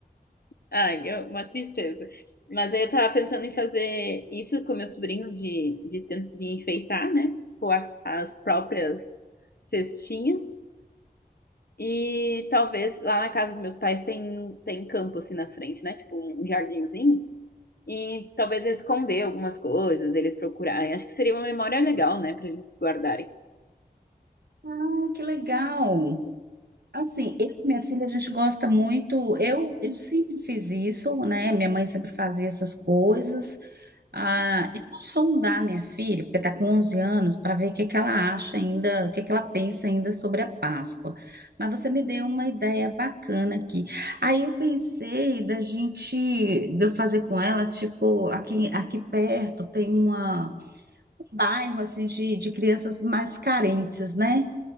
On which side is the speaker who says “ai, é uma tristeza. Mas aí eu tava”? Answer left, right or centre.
Left